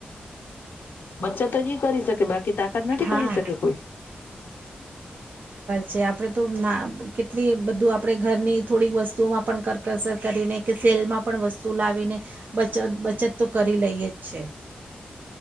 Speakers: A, on the left; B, on the right.
A: બચત હજી કરી શકે બાકી તાકાત નથી
B: હા
A: કરી શકે કોઈ.
B: જે આપણેે તો ના કેટલી બધું આપે ઘરની થોડીક વસ્તુઓ કરકસ કરી કરીને કેસી તેલમાં પણ વસ્તુ લાવીને બચત બચત તો કરી લઈએ જ છે.